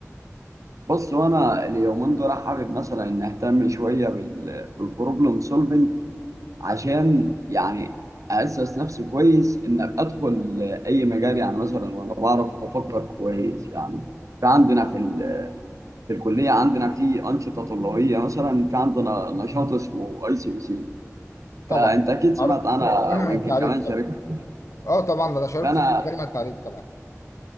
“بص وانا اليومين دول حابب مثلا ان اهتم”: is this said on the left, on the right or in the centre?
Right